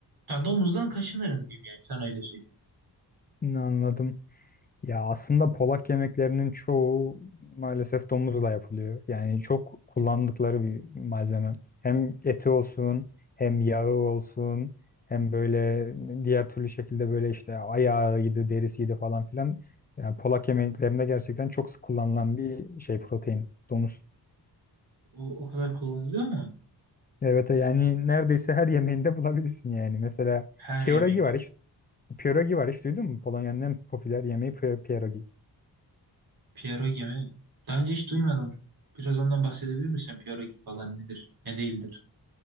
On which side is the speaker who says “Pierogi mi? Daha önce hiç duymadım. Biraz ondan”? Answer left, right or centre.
Right